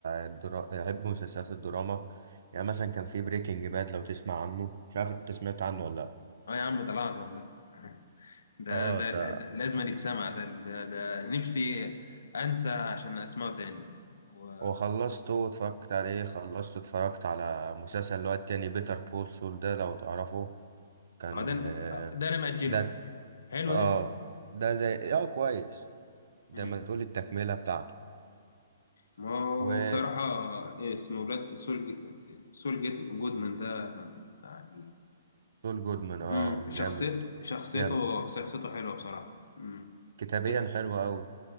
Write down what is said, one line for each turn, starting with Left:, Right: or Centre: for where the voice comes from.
Right: الدرا... بحب مسلسلات الدراما يعني مثلا كان في بريكنج باد لو تسمع عنه مش عارف انت سمعت عنه ولا لأ
Left: اه يا عم ده الاعظم ده ده
Right: اه
Left: ده,
Right: تا
Left: ده, ده لازم يتسمع ده, ده ده نفسي انسى عشان اسمعه تاني و-
Right: وخلصته واتفرجت عليه خلصته اتفرجت على مسلسل اللي هو التاني بيتر كول سول ده لو تعرفه كان
Left: اه ده
Right: آه،
Left: ده انا مأجله
Right: ده
Left: حلو
Right: اه
Left: ده
Right: ده زي اه كويس ده
Left: مم.
Right: ما تقول التكملة بتاعته
Left: ما هو
Right: وسول
Left: بصراحة إيه اسمه ولاد سول ج- سول جيت جودمان ده يعني
Right: جودمان
Left: مم.
Right: اه
Left: شخصيت
Right: جامد
Left: شخصيته
Right: جامد
Left: شخصيته حلوة بصراحة مم.
Right: كتابيا
Left: ب...
Right: حلو قوي